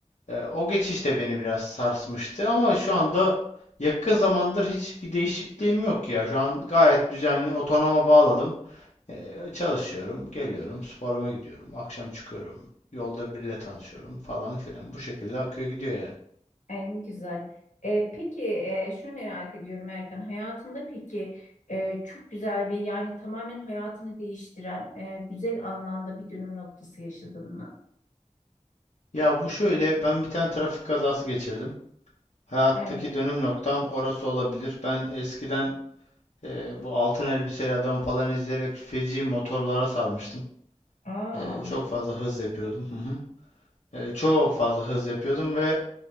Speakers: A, on the left (about 70°); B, on the left (about 85°).
A: Eee, o geçiş de beni biraz sarsmıştı ama şu anda yakın zamandır hiçbir değişikliğim yok ya. Şu an gayet düzenli otonoma bağladım. Ee, çalışıyorum, geliyorum, sporuma gidiyorum, akşam çıkıyorum, yolda biriyle tanışıyorum falan filan. Bu şekilde akıyor gidiyor yani.
B: Ay, ne güzel. Ee, peki e, şunu merak ediyorum Erkan. Hayatında peki e, çok güzel bir yani tamamen hayatını değiştiren e, güzel anlamda bir dönüm noktası yaşadın mı?
A: Ya bu şöyle, ben bir tane trafik kazası geçirdim. Hayattaki
B: Evet.
A: dönüm noktam orası olabilir. Ben eskiden e, bu altın elbiseli adam falan izleyerek feci motorlara sarmıştım.
B: Aa,
A: E, çok fazla hız yapıyordum. Hı hı. E, çok fazla hız yapıyordum ve